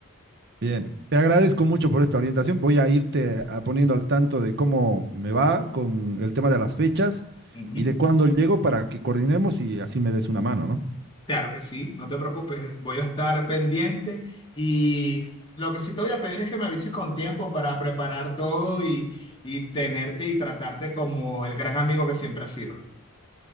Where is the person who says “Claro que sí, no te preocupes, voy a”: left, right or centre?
Left